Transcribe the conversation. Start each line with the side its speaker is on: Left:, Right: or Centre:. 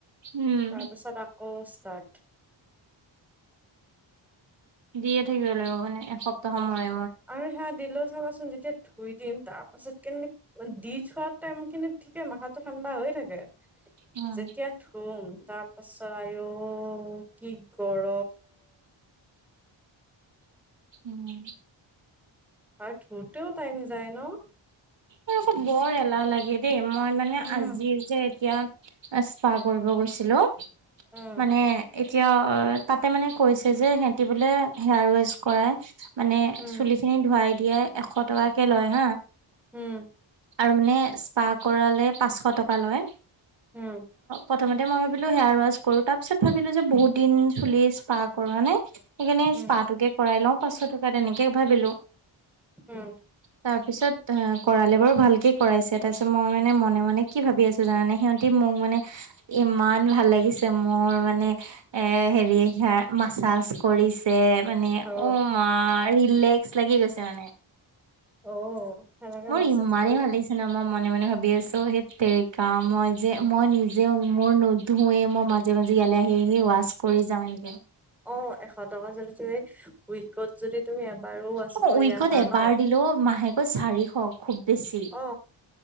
Right: উম
Centre: তাৰপিছত আকৌ ষ্টাৰ্ট।
Right: দিয়ে থাকিব লাগিব মানে এসপ্তাহ সময়।
Centre: আৰু সেয়া দিলেও চাবাচোন যেতিয়া ধুই দিম তাৰ পাছত কেনে দি থোৱাত। টাইম খিনিত ঠিকে মাথাটো ঠাণ্ডা হৈ থাকে
Right: উম
Centre: যেতিয়া ধুম তাক। আচ্ছা আৰু' কি কৰ।
Right: উম।
Centre: আৰু থুৰতেও টাইম যায় ন।
Right: আৰু আকৌ বৰ এলাহ লাগে দেই মই মানে
Centre: উম
Right: আজি যে এতিয়া। ইছপা কৰিব গৈছিলো
Centre: উম
Right: মানে। কিয় তাতে মানে কৈছে যে সিহঁতি বোলে হেয়াৰ ৱেচ কৰাই। মানে
Centre: উম
Right: চুলিখিনি ধোৱাই দিয়াই এশ টকাকে
Centre: উম
Right: লয় হা।
Centre: উম।
Right: আৰু মানে স্পা কৰালে পাঁচশ টকা লয়
Centre: উম
Right: প্ৰথম। মই ভাবিলো হেয়াৰ ৱাছ কৰো তাৰ পিছত ভাবিলো যে বহুত দিন চুলি স্পাহ কৰা নাই। সেইকাৰণে
Centre: উম
Right: প্পাহটোকে কৰাই লওঁ পাঁচশ টকা তেনেকে ভাবিলো।
Centre: উম
Right: তাৰপিছত। কৰালে বাৰু ভালকে কৰাইছে তাৰপিছত মই মানে মনে মনে কি ভাবি আছো জানা নে সিহঁতি মোক মানে। ইমান ভাল লাগিছে মোৰ মানে এ হেৰি সাৰ মাছাজ কৰিছে। মানে
Centre: অ
Right: অমা ৰিলেক্স লাগি গৈছে মানে।
Centre: অ সেনেকে
Right: মোৰ
Centre: মাছাজ
Right: ইমানেই
Centre: কৰি
Right: ভাল
Centre: দিম
Right: লাগিছিলে ন মই মনে মনে ভাবো বি আছ সেই তেৰিকা মই যে মই নিজে মোৰ নোধোঁৱে মই মাজে মাজে ইয়ালে আহি। ৱাছ কৰি যাওঁ এনেকে।
Centre: অ এশ টকা যদি ত উইকত যদি।। তুমি এবাৰো ৱাচ
Right: অ
Centre: কৰি
Right: উইকত
Centre: আহা
Right: এবাৰ
Centre: ন।
Right: দিলেও মাহেকত চাৰিশ খুব বেছি
Centre: অ